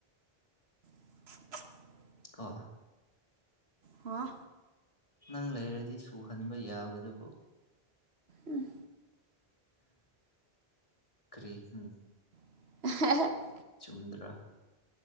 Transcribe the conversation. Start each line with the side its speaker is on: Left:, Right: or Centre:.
Right: <inaudible>
Left: ꯑ
Right: ꯍꯥ
Left: ꯅꯪ ꯂꯩꯔꯗꯤ ꯁꯨꯍꯟꯕ ꯌꯥꯕꯗꯨꯕꯨ
Right: ꯎꯝ
Left: ꯀꯔꯤ ꯎꯝ
Right: <inaudible>
Left: ꯆꯨꯝꯗ꯭ꯔꯥ